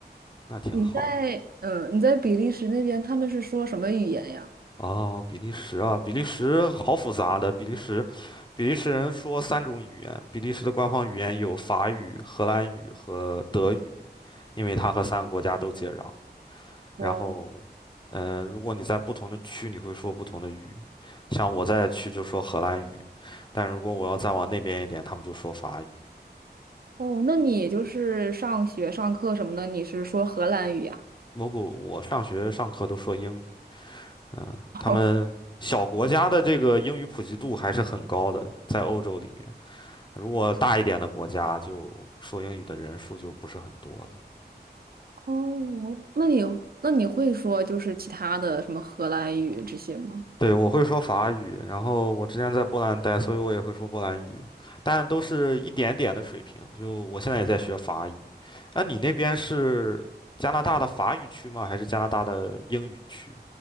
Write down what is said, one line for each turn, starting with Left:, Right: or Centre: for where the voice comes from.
Left: 那挺好的。
Right: 你在嗯你在比利时那边，他们是说什么语言呀？
Left: 哦，比利时啊，比利时好复杂的。比利时，比利时人说三种语言，比利时的官方语言有法语、荷兰语和德语，因为它和三个国家都接壤。
Right: 哇哦，
Left: 然后，嗯，如果你在不同的区，你会说不同的语。像我在的区就说荷兰语，但如果我要再往那边一点，他们就说法语。
Right: 哦，那你就是上学上课什么的，你是说荷兰语呀？
Left: 不不，我上学上课都说英语，嗯，
Right: <laughs>
Left: 他们小国家的这个英语普及度还是很高的，
Right: 哦，
Left: 在欧洲里面，如果大一点的国家，就说英语的人数就不是很多了。
Right: 哦，那你那你会说就是其他的什么荷兰语这些吗？
Left: 对，我会说法语，然后我之前在波兰待，所以我也会说波兰语，但都是一点点的水平。就我现在也在学法语，那你那边是加拿大的法语区吗？还是加拿大的英语区？